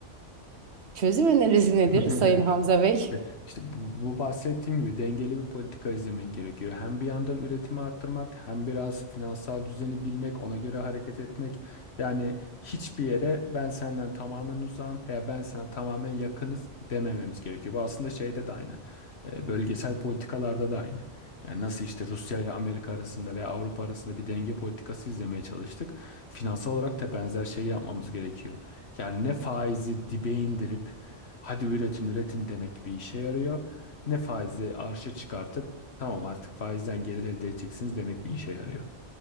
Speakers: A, on the right; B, on the left.
A: çözüm önerisi nedir
B: <laughs>
A: Sayın Hamza Bey?
B: İşte işte bu, bu bahsettiğim gibi dengeli bir politika izlemek gerekiyor. Hem bir yandan üretimi arttırmak, hem biraz finansal düzeni bilmek, ona göre hareket etmek. Yani hiçbir yere ben senden tamamen uzağım veya ben sana tamamen yakınız demememiz gerekiyor. Bu aslında şeyde de aynı. Ee, Bölgesel politikalarda da aynı. Yani nasıl işte Rusya ile Amerika arasında veya Avrupa arasında bir denge politikası izlemeye çalıştık. Finansal olarak da benzer şeyi yapmamız gerekiyor. Yani ne faizi dibe indirip hadi üretin üretin demek bir işe yarıyor. Ne faizi arşa çıkartıp tamam artık faizden gelir elde edeceksiniz demek bir işe yarıyor.